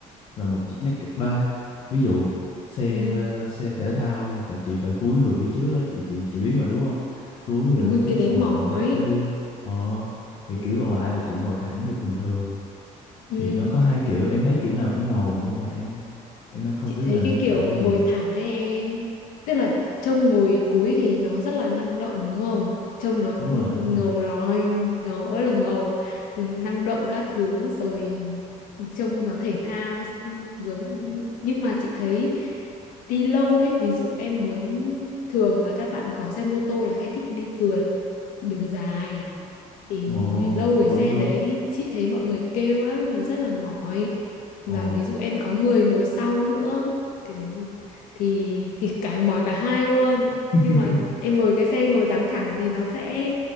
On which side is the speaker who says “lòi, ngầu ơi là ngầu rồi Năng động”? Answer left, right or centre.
Left